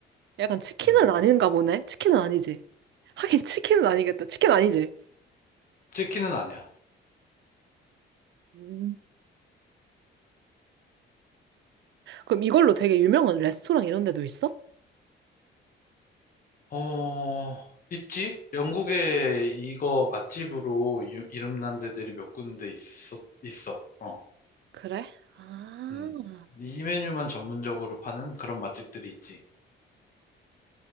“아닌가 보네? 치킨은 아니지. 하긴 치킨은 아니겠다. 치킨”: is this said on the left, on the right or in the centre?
Right